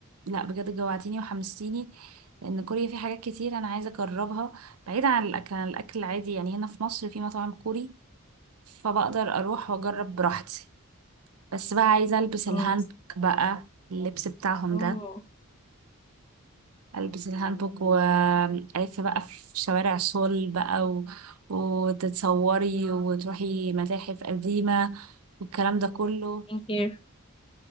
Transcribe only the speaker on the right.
لا بجد جوعتيني وحمستيني لان كوريا في حاجات كتير انا عايزة اجربها بعيدا عن الاكل عن الاكل العادي يعني هنا في مصر في مطاعم كوري فبقدر اروح واجرب براحتي بس بقى عايزة
ألبس
الهانبوك بقى اللبس بتاعهم
ده ألبس الهانبوك وألف بقى في شوارع سول بقى و... وتتصوري وتروحي متاحف قديمة والكلام ده كله